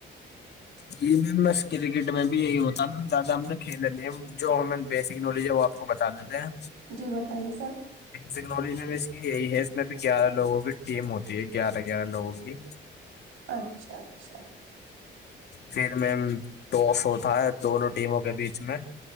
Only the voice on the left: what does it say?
جی میم بس کرکٹ میں بھی یہی ہوتا میم زیادہ ہم نے کھیل جو ہم بیسک نالج ہے وہ آپ کو بتا دیتے ہیں
ٹیکنالوجی میں بھی اس کی یہی ہے اس میں بھی گیارہ لوگوں کی ٹیم ہوتی ہے گیارہ گیارہ لوگوں کی
پھر مم ٹاس ہوتا ہے دونوں ٹیموں کے بیچ میں